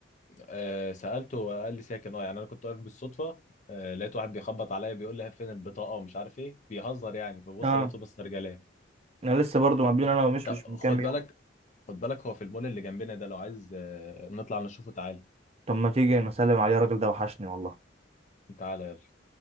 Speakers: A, on the left; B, on the right.
A: آه، سألته وقال لي ساكن اه يعني انا كنت واقف بالصدفة آه، لقيت واحد بيخبط عليا بيقول لي فين البطاقة ومش عارف ايه بيهزر يعني فبص
B: اه
A: لقيته مسترجلاه
B: انا لسه برضو مقابلين انا ومش
A: طب
B: مش من كام
A: خد
B: يوم
A: بالك خد بالك هو في المول اللي جنبنا ده لو عايز آه، نطلع نشوفه تعالى
B: طب ما تيجي نسلم عليه الراجل ده وحشني والله
A: تعالى يلا